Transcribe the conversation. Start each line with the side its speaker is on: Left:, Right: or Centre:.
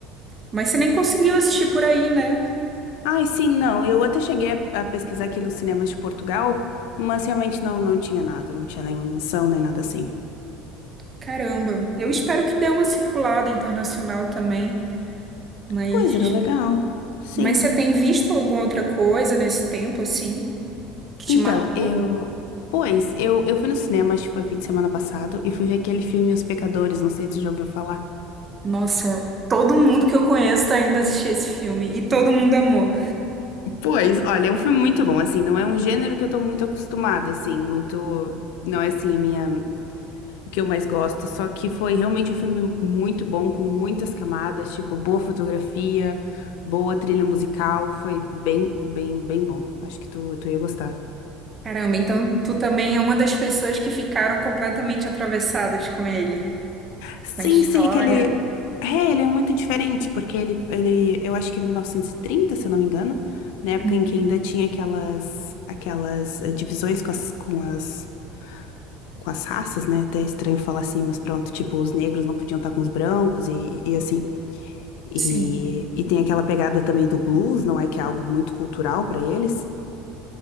Right: Mas você nem conseguiu assistir por aí, né?
Left: Ai, sim, não. Eu até cheguei a, a pesquisar aqui nos cinemas de Portugal, mas realmente não, não tinha nada, não tinha nenhuma menção, nem nada assim.
Right: Caramba. Eu espero que dê uma circulada internacional também, mas
Left: Pois era legal.
Right: mas
Left: Sim.
Right: você tem visto alguma outra coisa nesse tempo assim? que te
Left: Então,
Right: marcou?
Left: eu. Pois, eu, eu fui no cinema, acho que foi fim de semana passado, e fui ver aquele filme Os Pecadores, não sei se você já ouviu falar.
Right: Nossa, todo mundo que eu conheço tá indo assistir esse filme e todo mundo amou.
Left: Pois, olha, é um filme muito bom, assim, não é um gênero que eu tô muito acostumada, assim, muito. Não é assim a minha. o que eu mais gosto. Só que foi realmente um filme muito bom, com muitas camadas, tipo, boa fotografia, boa trilha musical. Foi bem, bem, bem bom. Acho que tu, tu ia gostar.
Right: Caramba, então tu também é uma das pessoas que ficaram completamente atravessadas com ele,
Left: Sim,
Right: com a história.
Left: sim, que ele. É, ele é muito diferente, porque ele, ele, eu acho que é 1930, se eu não me engano, na época
Right: Hum,
Left: em que ainda tinha aquelas, aquelas eh, divisões com as, com as, com as raças, né? Até é estranho falar assim, mas pronto, tipo, os negros não podiam estar com os brancos e, e assim. E,
Right: Sim.
Left: e tem aquela pegada também do blues, não é? Que é algo muito cultural para eles.